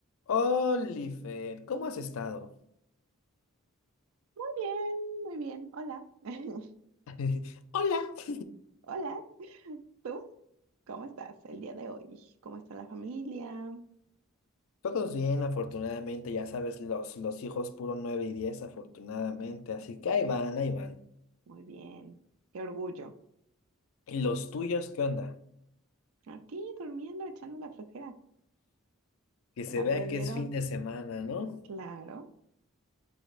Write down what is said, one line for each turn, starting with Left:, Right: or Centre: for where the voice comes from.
Left: Oliver, ¿cómo has estado?
Right: Muy bien, muy bien. Hola. <laughs>
Left: <laughs> Hola. <laughs>
Right: Hola. ¿Tú? ¿Cómo estás el día de hoy? ¿Cómo está la familia?
Left: Todos bien, afortunadamente, ya sabes, los, los hijos puro 9 y 10, afortunadamente, así que ahí van, ahí van.
Right: Muy bien. Qué orgullo.
Left: ¿Y los tuyos qué onda?
Right: Aquí durmiendo, echando la flojera.
Left: Que se vea
Right: Aprendieron,
Left: que es fin de semana, ¿no?
Right: claro.